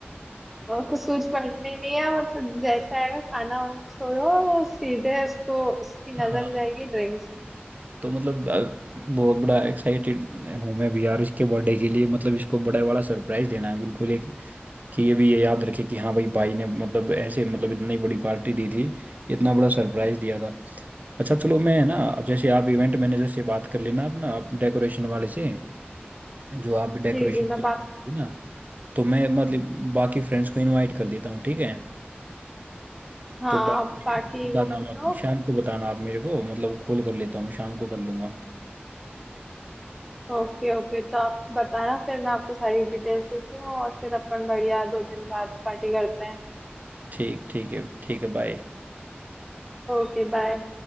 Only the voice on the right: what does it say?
हाँ
तो मतलब अ, बहुत बड़ा एक्साइटेड हूँ मैं भी यार इसके बर्थडे के लिए मतलब इसको बड़ा वाला सरप्राइज देना है बिल्कुल एक कि ये भी ये याद रखे कि हाँ भाई भाई ने मतलब ऐसे मतलब इतनी बड़ी पार्टी दी थी इतना बड़ा सरप्राइज दिया था अच्छा चलो मैं है ना जैसे आप इवेंट मैनेजर से बात कर लेना अपना आप डेकोरेशन वाले से जो आप डेकोरेशन
के
लिए करते हो ना तो मैं मतलब बाकी फ्रेंड्स को इनवाइट कर देता हूँ ठीक है
तो बाकी
बताना
मत
शाम को बताना आप मेरे को मतलब कॉल कर लेता हूँ शाम को कर लूँगा
ठीक ठीक है ठीक है बाय